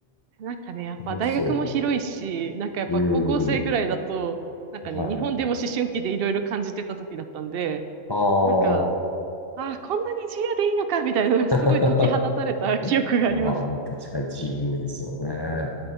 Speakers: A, on the right; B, on the left.
A: なんかね、やっぱ大学も広いし、
B: 楽しそ
A: なんかやっぱ高校生ぐらいだと、
B: う。うーん。
A: なんかね、
B: はい。
A: 日本でも思春期でいろいろ感じてた時だったんで、
B: ああ。
A: なんか、ああ、こんなに自由でいいのか、みたいな、なんかすごい解き放たれた記憶があります。
B: <laughs> ああ、確かに自由ですよね。